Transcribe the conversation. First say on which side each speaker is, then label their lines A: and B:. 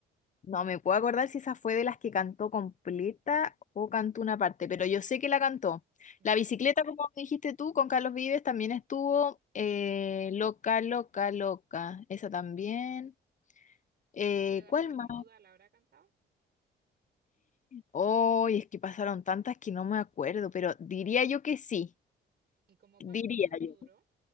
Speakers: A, on the left; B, on the right.
A: no me puedo acordar si esa fue de las que cantó completa o cantó una parte, pero yo sé que la cantó.
B: Ya.
A: La bicicleta, como dijiste tú, con Carlos Vives también estuvo eh, loca, loca, loca. Esa también. Eh,
B: Ciega
A: ¿cuál
B: sordomuda
A: más?
B: la habrá cantado.
A: Hoy es que pasaron tantas que no me acuerdo, pero diría yo que sí.
B: ¿Y como
A: Diría
B: cuánto rato
A: yo.
B: duró?